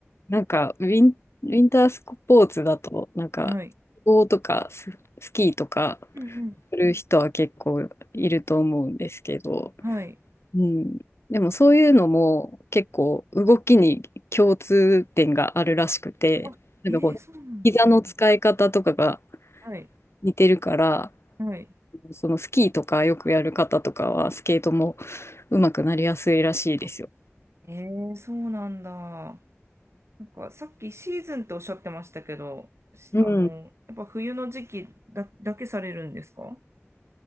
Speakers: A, on the left (about 65°); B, on the right (about 70°).
A: なんか、ウィン、ウィンタースポーツだと、なんか、
B: はい。
A: スノーとかス、スキーとか
B: うん
A: する人は結構いると思うんですけど、
B: うん。はい。
A: うん。でも、そういうのも結構動きに共通点があるらしくて、
B: あ、
A: なんかこう、
B: ええそうなんだ。
A: 膝の使い方とかが
B: はい。
A: 似てるから、
B: はい。
A: そのスキーとかよくやる方とかはスケートも上手くなりやすいらしいですよ。
B: あええそうなんだ。なんかさっきシーズンっておっしゃってましたけど、しあの、
A: うん。
B: やっぱ冬の時期だ、だけされるんですか